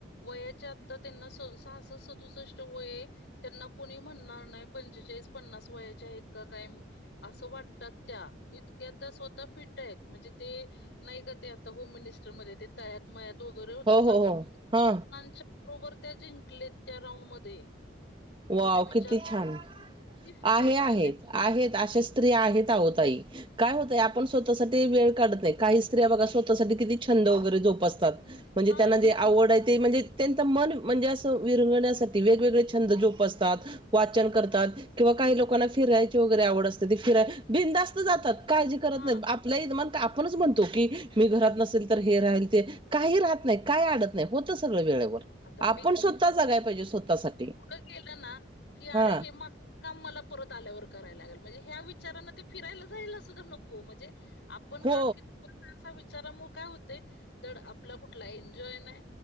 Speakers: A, on the left; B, on the right.
A: वयाच्या आता त्यांना सदू सहासस्ट सदुसष्ट वय ये त्यांना कुणी म्हणणार नाय. पंचेचाळीस पन्नास वयाच्या हायेत का काय असं वाटतात त्या, इतक्या स्वतः फिट येत. म्हणजे ते नाय का ते आता होम मिनिस्टरमध्ये ते तळ्यात मळ्यात वगैरे होतं
B: हो
A: ना
B: हो हो
A: <unintelligible>
B: हा
A: ओवर त्या जिंकलेत त्या राऊंड मध्ये
B: वाव
A: म्हणजे विचार
B: किती छान,
A: किती फिट
B: आहे आहेत
A: म्हणजे
B: आहेत अशा स्त्री आहेत आहो ताई. काय होतंय, आपण स्वतःसाठी वेळ काढत नाय. काही स्त्रिया बघा स्वतःसाठी किती छंद वगैरे जोपासतात. म्हणजे
A: हां,
B: त्यांना जे आवड ये ते, म्हणजे त्यांच मन म्हणजे असं विरगण्यासाठी वेगवेगळे छंद जोप पासतात, वाचन करतात किंवा काही लोकांना फिरायची वगैरे आवड असते. ते फिराय बिंदास्त जातात. काळजी करत
A: हां.
B: नाहीत. आप आपल्या ईजमान का आपणच म्हणतो की, मी घरात नसेल तर हे राहील ते, काही राहत नाही, काय आडत नाय. होत सगळं वेळेवर
A: आता
B: आपण स्वतः जागाय पाहिजे. स्वतःसाठी
A: त केलं ना. की,
B: हा
A: अरे हे मग काम मला परत आल्यावर करायला लागल. म्हणजे ह्या विचारांने ते फिरायला जायला सुद्धा नको म्हणजे आपण
B: हो
A: हा कित आपण असा विचारामुळं काय होतय. धड आपला कुठला एन्जॉय नाय.